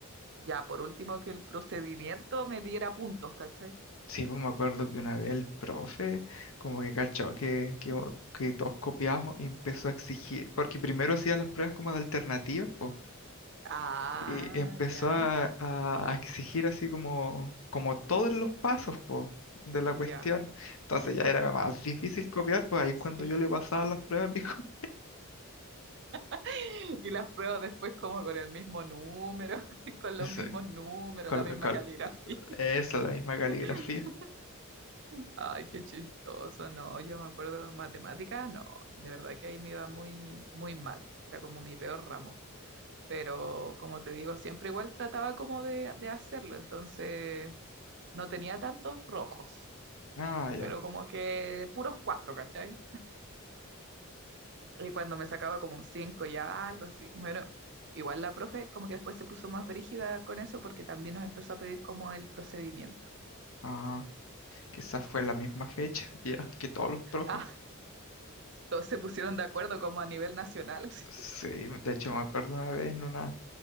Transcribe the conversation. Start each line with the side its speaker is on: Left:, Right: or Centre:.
Right: ya por último que el procedimiento me diera puntos, ¿cachai?
Left: Sí, pues me acuerdo que una vez el profe como que cachó que, que, o- que todos copiábamos y empezó a exigir, porque primero hacía las pruebas como de alternativas, pues,
Right: Ah,
Left: y empezó
Right: ya,
Left: a, a- a exigir así como, como todos los pasos, pues, de la
Right: ya.
Left: cuestión. Entonces ya era más difícil copiar, pues ahí es
Right: sí.
Left: cuando yo le pasaba las pruebas a mi compañero.
Right: <laughs> Y las pruebas después como con el mismo número, <laughs>
Left: <laughs>
Right: con los
Left: Eso,
Right: mismos números,
Left: con,
Right: la misma
Left: la- con-
Right: caligrafía.
Left: eso, la misma caligrafía.
Right: <laughs> Ay, qué chistoso, no, yo me acuerdo de matemática, no, de verdad que ahí me iba muy, muy mal, era como mi peor ramo, pero como te digo, siempre igual trataba como de, de hacerlo, entonces No tenía tantos rojos,
Left: Ah, ya.
Right: pero como que puros cuatro, ¿cachai? Y cuando me sacaba como un cinco ya, algo así. Bueno, igual la profe como que después se puso más brígida con eso porque también nos empezó a pedir como el procedimiento.
Left: Ah, quizás fue la misma fecha, <laughs> ya, que todos los profes.
Right: Ah, todos se pusieron de acuerdo como a nivel nacional, así.
Left: Sí,
Right: <laughs>
Left: de hecho me acuerdo una vez en una,